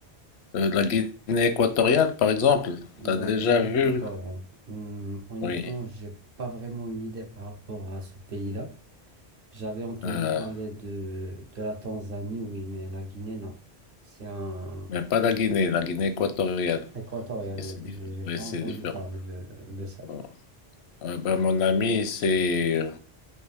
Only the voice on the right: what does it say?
La
Guinée
équatoriale. Hum, honnêtement,
j'ai pas vraiment une idée par rapport à ce pays-là. J'avais entendu
parler de, de la Tanzanie, oui, mais la Guinée, non. C'est un
équatorial,
oui.
J'ai j'ai pas
entendu
parler de, de ça.